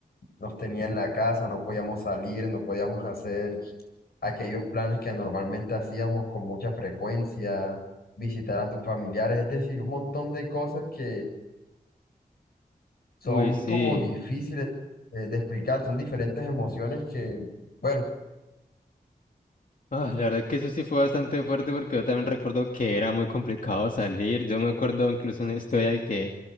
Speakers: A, on the left; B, on the left.
A: nos tenía en la casa, no podíamos salir, no podíamos hacer aquellos planes que normalmente hacíamos con mucha frecuencia, visitar a tus familiares, es decir, un montón de cosas que son
B: Uy, sí.
A: como difíciles eh, de explicar, son diferentes emociones que, bueno,
B: Ah, la verdad que eso sí fue bastante fuerte porque yo también recuerdo que era muy complicado salir. Yo me acuerdo incluso una historia de que